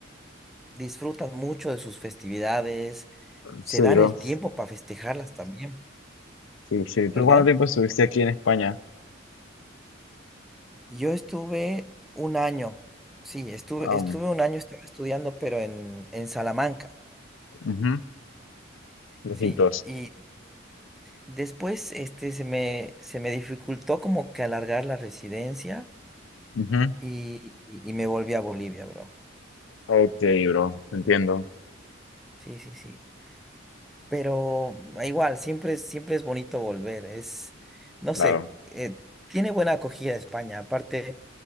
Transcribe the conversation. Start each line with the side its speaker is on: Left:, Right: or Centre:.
Centre: disfrutan mucho de sus festividades, se
Left: Sí,
Centre: dan
Left: bro.
Centre: el tiempo para festejarlas también,
Left: Sí, sí. ¿Tú
Centre: ¿verdad?
Left: cuánto tiempo estuviste aquí en España?
Centre: Yo estuve un año, sí, estuve,
Left: Ah,
Centre: estuve
Left: um,
Centre: un año, estaba estudiando, pero en, en Salamanca.
Left: ujú, lejitos.
Centre: Sí, y Después, este, se me, se me dificultó como que alargar la residencia
Left: Ujú.
Centre: y, y- y me volví a Bolivia, bro.
Left: Ok, bro. Entiendo.
Centre: Sí, sí, sí. sí. Pero ah, igual, siempre, es- siempre es bonito volver. Es, no
Left: Claro.
Centre: sé, eh, tiene buena acogida España. Aparte,